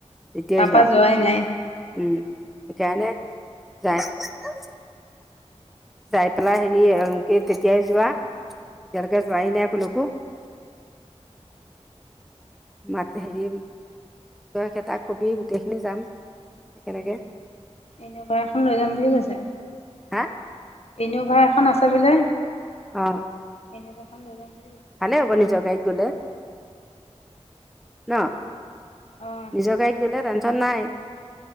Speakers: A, in the centre; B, on the left (about 65°).
A: তেতিয়াই
B: তাপা
A: যোৱা
B: যোৱাই নাই।
A: উম সেইকাৰনে যাই। যাই পেলাই হেৰি সে তেতিয়াই যোৱা এতিয়ালৈকে যোৱাই নাই কলৈকো। <unintelligible> মাত হেৰি, কি তাক কবি গোটেই খিনি যাম একেলকে।
B: ইন'ভা এখন লৈ যাম বুলি কৈছে
A: হা।
B: ইন'ভা এখন আছে বোলে।
A: অ।
B: এনে দে এখন লৈ যাম। <unintelligible>
A: ভালে হ'ব নিজৰ গাড়ীত গলে ন।
B: অঁ
A: নিজৰ গাড়ীত গ'লে টেনচন নাই,